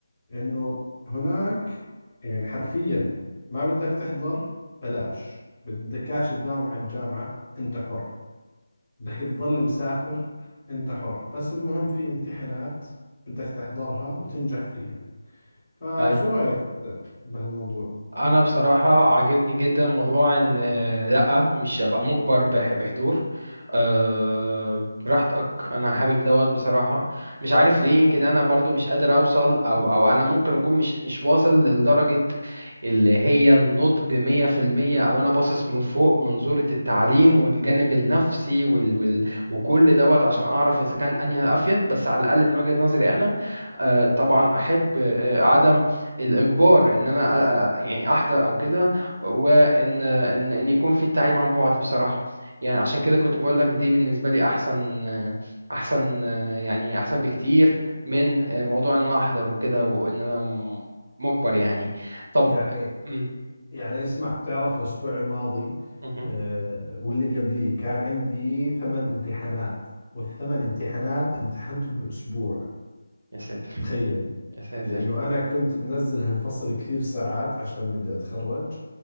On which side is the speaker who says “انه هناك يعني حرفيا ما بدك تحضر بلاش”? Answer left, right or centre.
Left